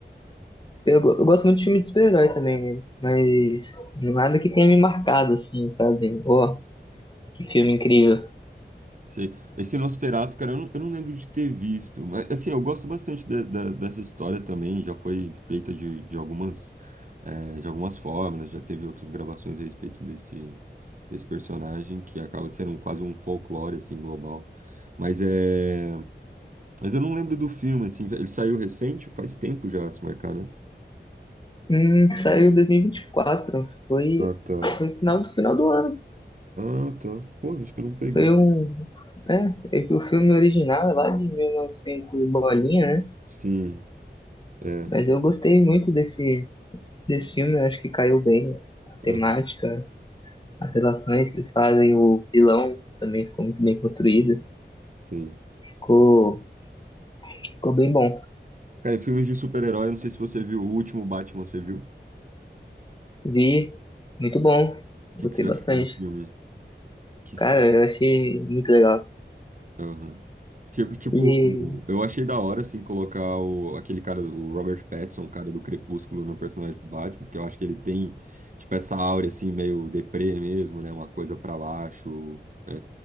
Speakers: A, on the left; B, on the right.
A: Eu, go- eu gosto muito de filme de super-herói também, né? Mas nada que tenha me marcado, assim, sabe? Ó, que filme incrível.
B: Sei. Esse Nosferatu, cara, eu não, eu não lembro de ter visto, mas assim, eu gosto bastante da- da- dessa história também, já foi feita de, de algumas, eh, de algumas formas, já teve outras gravações a respeito desse, desse personagem, que acaba sendo um, quase um folclore, assim, global. Mas é... Mas eu não lembro do filme, assim, ele saiu recente, faz tempo já, se marcar, né?
A: Hum, saiu em 2024. Foi,
B: Ah, tá.
A: foi no final do final do ano.
B: Ah, tá. Pô, acho que eu não peguei.
A: Foi um. É, é que o filme original é lá de 1900 e novecentos e bolinha, né?
B: Sim, é.
A: Mas eu gostei muito desse, desse filme. Eu acho que caiu bem a temática,
B: Aham,
A: as relações que eles fazem. O vilão também ficou muito bem construído.
B: sim.
A: Ficou, ficou bem bom.
B: Cara, em filmes de super-herói, eu não sei se você viu o último Batman, você viu?
A: Vi, muito bom. Gostei
B: que que você
A: bastante.
B: achou do filme? Que... s-
A: Cara, eu achei muito legal.
B: aham. Porque, tipo,
A: Ele.
B: eu achei da hora, assim, colocar o, aquele cara, o Robert Pattinson, o cara do Crepúsculo, no personagem do Batman, porque eu acho que ele tem, tipo, essa áurea, assim, meio deprê mesmo, né? Uma coisa pra baixo, é,